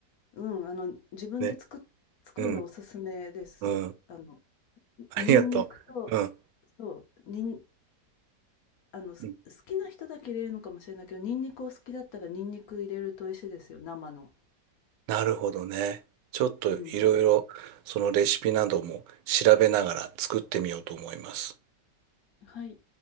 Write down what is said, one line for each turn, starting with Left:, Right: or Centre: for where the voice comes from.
Left: うん、あの、自分で作っ、
Right: ね。
Left: 作るのおすすめです。
Right: うん。うん。
Left: あの、
Right: ありがとう。
Left: ニンニクと、
Right: うん。
Left: そう、にん、あの、す好きな人だけ入れるのかもしれないけど、
Right: うん
Left: ニンニクを好きだったらニンニク入れると美味しいですよ、生の。
Right: なるほどね。ちょっといろいろ、
Left: うん。
Right: そのレシピなども調べながら作ってみようと思います。
Left: はい。